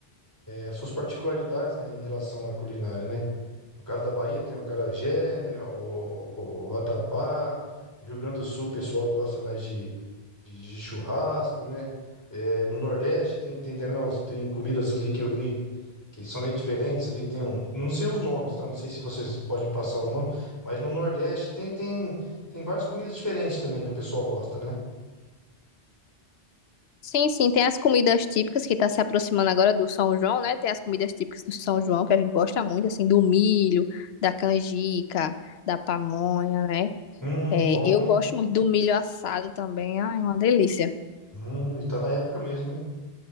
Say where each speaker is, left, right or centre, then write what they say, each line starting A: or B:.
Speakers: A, on the left; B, on the left.
A: as suas particularidades, né, em relação à culinária, né? No caso da Bahia tem o acarajé, né, o, o, o vatapá. No Rio Grande do Sul o pessoal gosta mais de, de, de churrasco, né? É, no Nordeste tem, tem também umas, tem comidas ali que eu vi que são bem diferentes ali. Tem um, não sei os nomes, tá? Não sei se vocês podem me passar os nomes, mas no Nordeste tem, tem, tem várias comidas diferentes também que o pessoal gosta, né?
B: Sim, sim, tem as comidas típicas que está se aproximando agora do São João, né? Tem as comidas típicas do São João que a gente gosta muito, assim, do milho, da canjica, da pamonha, né?
A: Hum,
B: É,
A: bom,
B: eu
A: hein?
B: gosto muito do milho assado também. Ai, uma delícia.
A: Hum, e tá na época mesmo, hein?